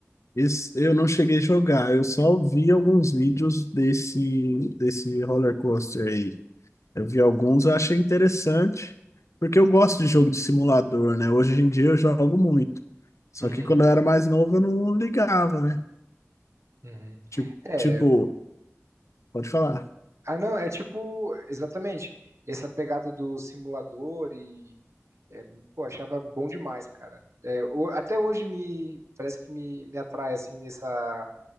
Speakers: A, on the left; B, on the right.
A: Esse, eu não cheguei a jogar, eu só vi alguns vídeos desse, desse roller coaster aí. Eu vi alguns, eu achei interessante, porque eu gosto de jogo de simulador, né? Hoje em dia eu jogo muito. Só
B: Uhum,
A: que quando eu era mais novo eu não ligava, né?
B: uhum.
A: Tipo,
B: É,
A: tipo, pode falar.
B: Ah, não, é tipo, exatamente, essa pegada do simulador e, é, pô, achava bom demais, cara. É, o- até hoje me, parece que me, me atrai, assim, essa,